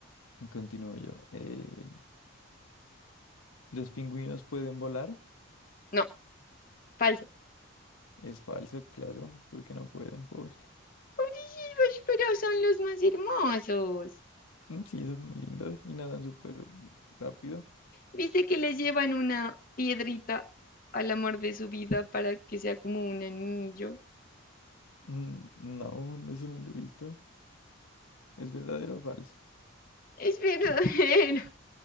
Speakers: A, on the left; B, on the left.
A: continúo yo. Eh, ¿los pingüinos pueden volar?
B: No, falso.
A: Es falso, claro, porque no pueden, pobres.
B: Pobrecitos, pero son los más hermosos.
A: Mm, Sí, son muy lindos y nadan súper rápido.
B: ¿Viste que les llevan una piedrita al amor de su vida para que sea como un anillo?
A: Mm, no, no, eso no lo he visto. ¿Es verdadero o falso?
B: Es verdadero.